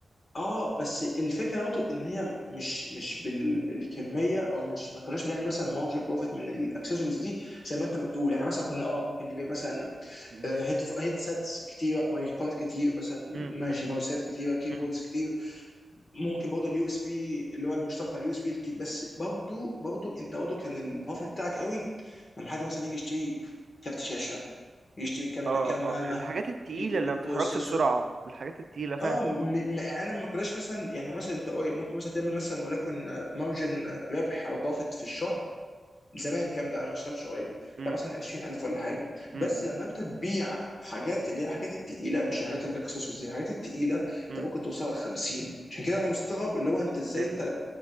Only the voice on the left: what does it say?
اه بس الفكره برضه ان هي مش مش بالكميه او مش ما كناش بنعمل مثلا مارجن بروفيت من الاكسسوارز دي زي ما انت بتقول يعني مثلا كنا اه ممكن نبيع مثلا
آه، هيد هيدسيتس كتيره مايكات كتير مثلا
ماشي
ماوسات كتيره كيبوردز
كتير ممكن برضه اليو اس بي اللي هو المشترك بتاع اليو اس بي بس برضه برضه انت برضه كان البروفيت بتاعك قوي لما حد مثلا يجي يشتري كارت شاشه يشتري كام
كام
رامه
يجي يجيب
بروسيسور
اه م- م- يعني انا ما كناش مثلا يعني مثلا انت قوي- ممكن مثلا تعمل مثلا ولكن مارجن ربح او بافت في الشهر زمان الكلام ده انا ما اشتغلتش قريب
ده مثلا 20000 ولا حاجه
بس لما انت تبيع حاجات اللي هي الحاجات التقيله مش الحاجات الاكسسوارز دي الحاجات التقيله انت
ممكن توصل ل 50 عشان كده انا مستغرب اللي هو انت ازاي
انت